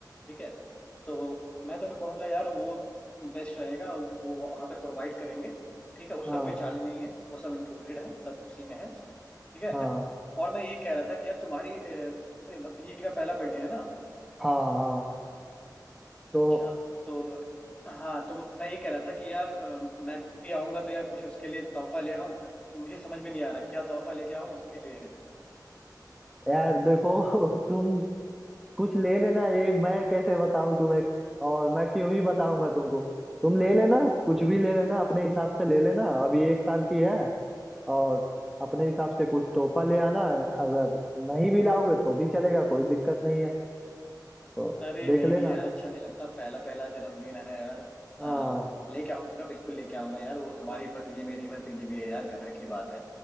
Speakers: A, on the left (about 15°); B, in the centre.
A: ठीक है तो मैं तो कहूँगा यार वो बेस्ट रहेगा वो वहाँ पे प्रोवाइड करेंगे ठीक है उसका
B: हाँ
A: कोई चार्ज नहीं है वो सब इंक्लूडेड है सब उसी में है ठीक
B: हाँ
A: है और मैं ये कह रहा था कि यार तुम्हारी अ, भतीजी का पहला बर्थडे है ना
B: हाँ हाँ तो
A: अच्छा तो हाँ तो मैं ये कह रहा था कि यार अ, मैं भी आऊँगा तो यार कुछ उसके लिए तोहफा ले आऊँ तो मुझे समझ में नहीं आ रहा क्या तोहफा लेके आऊँ उसके लिए
B: यार देखो <laughs> तुम कुछ ले लेना ये मैं कैसे बताऊं तुम्हें और मैं क्यों ही बताऊंगा तुमको तुम ले लेना कुछ भी ले लेना अपने हिसाब से ले लेना अभी एक साल की है और अपने हिसाब से कुछ तोहफा ले आना अगर नहीं भी लाओगे तो भी चलेगा कोई दिक्कत नहीं है तो
A: अरे
B: देख
A: नहीं
B: लेना
A: नहीं यार अच्छा नहीं लगता पहला पहला जन्मदिन है यार
B: हाँ
A: आ, लेके आऊंगा बिल्कुल लेके आऊंगा यार वो तुम्हारी भतीजी मेरी भतीजी भी है यार घर की बात है